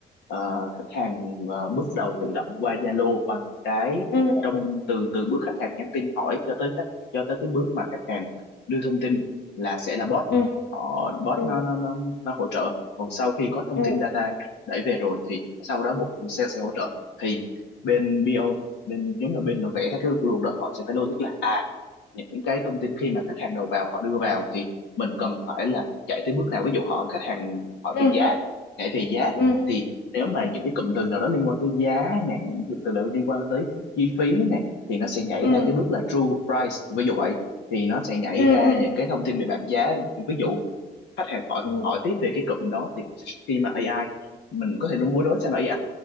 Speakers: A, on the left; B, on the left.
A: ờ, khách hàng ờ, bước đầu tự động qua Zalo bằng cái
B: ừ, ừ,
A: trong
B: ừ,
A: từ từ bước khách hàng nhắn tin hỏi cho tới khách cho tới cái bước mà khách hàng đưa thông tin là sẽ là bot
B: ừ, ừ,
A: họ bot
B: ừ,
A: nó
B: ừ,
A: nó nó nó hỗ trợ còn sau khi có thông
B: ừ,
A: tin data đẩy về rồi thì sau đó bộ phận sale sẽ hỗ trợ thì bên BO bên giống như bên làm vẽ ra cái luồng đó họ sẽ phải logic là à những cái thông tin khi mà khách hàng đầu vào họ đưa vào thì mình cần phải là chạy tới bước nào ví dụ họ khách hàng hỏi
B: ừ,
A: về
B: ừ, ừ,
A: giá nhảy về giá
B: ừ,
A: thì nếu mà những cái cụm từ nào đó liên quan tới giá này những cụm từ nào liên quan tới chi phí này thì nó sẽ nhảy
B: ừ
A: ra cái bước là true price ví dụ vậy thì nó sẽ nhảy
B: ừ
A: ra
B: ừ
A: những cái thông tin về bảng giá ví dụ khách hàng hỏi
B: ừ
A: hỏi tiếp về cái cụm đó thì khi mà AI mình có thể nó muốn nối sang AI